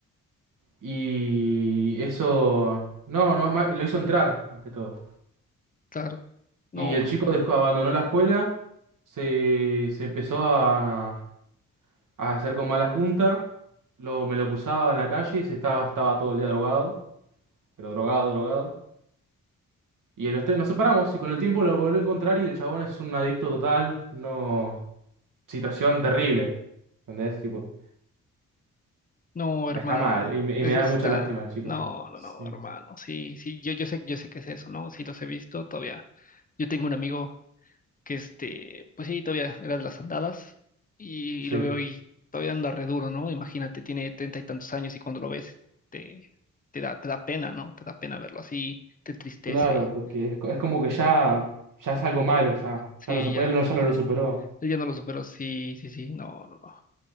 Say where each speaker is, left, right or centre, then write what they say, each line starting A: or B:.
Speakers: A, on the right; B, on the left.
A: Y eso. No, no, ma- lo hizo entrar, más que todo.
B: claro. No,
A: Y el
B: no,
A: chico
B: no.
A: dejó, abandonó la escuela. Se, se empezó a, a hacer con mala junta. Lo, me lo cruzaba en la calle y se estaba, estaba todo el día drogado. Pero drogado, drogado. Y en los te- nos separamos y con el tiempo lo volví a encontrar y el chabón es un adicto total. No. Situación terrible. ¿Entendés? Tipo.
B: No, hermano,
A: Está mal
B: no.
A: y me, y
B: es
A: me da
B: es-
A: mucha
B: está.
A: lástima el chico.
B: No, no,
A: Sí,
B: no, hermano. Sí, sí, yo, yo sé, yo sé que es eso, ¿no? Sí, los he visto todavía. Yo tengo un amigo que este, pues sí, todavía era de las andadas y
A: sí.
B: lo veo y todavía anda re duro, ¿no? Imagínate, tiene treinta y tantos años y cuando lo ves te, te da, te da pena, ¿no? Te da pena verlo así, te entristece.
A: Claro, porque es, co- es como que ya, ya es algo malo, ya.
B: Sí,
A: Ya no se puede,
B: ya.
A: él no- ya no lo superó.
B: Él ya no lo superó. Sí, sí, sí. No, no, no.